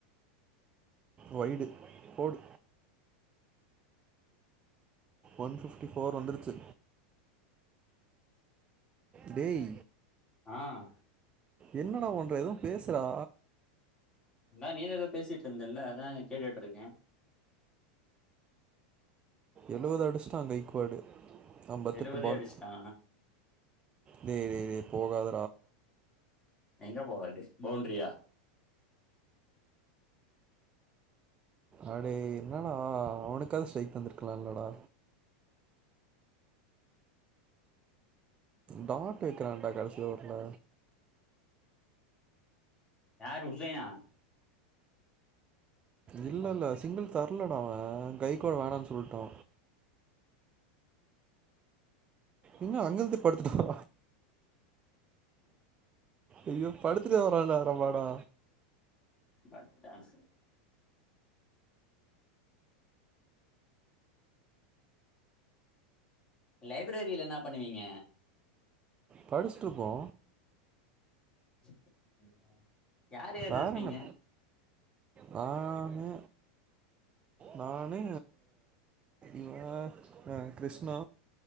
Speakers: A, on the right; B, on the left.
A: வைடு் போடு ஒன்பிஃப்டி போர் வந்துருச்சி டேய்
B: ஆஹ்
A: என்னடா பன்ற எதும் பேசுறா
B: ன்னா நீதா எதோ பேசிட்டு இருந்தல்ல அதான்ங்க கேட்டுட்டுருக்கே
A: எழுவது அடிஸ்ட்டா கைக்குவாடு அம்பத்தெட்டுபால்
B: எழுவதே அடிச்சிட்டா
A: டேடேடே போகாத
B: எங்க போவாது பவுண்ரியா
A: அடேய் என்னடா அவுனுக்காது ஸ்ட்ரைக் வந்திருக்கலா இல்லடா டாட்டு வக்கிறா டா கடசி ஓவர்ல
B: யாருஉசைனா
A: இல்லல்ல சிங்கள் தரலடா அவ கைக்குவாடு வேணானு சொல்ட்டா எங்க அங்கருந்து படுத்துட்டா ஐய்யோ படுத்துட்டே வரான்டா ராபாடா
B: பட்டாசு லைப்ரரியில என்னா பண்ணுவீங்க
A: படிஸ்ட்டுருப்போ
B: <unintelligible> யார் யாரு
A: வேற
B: இருப்பீங்க
A: என்ன நானு நானு இவ ஆ கிருஷ்ணா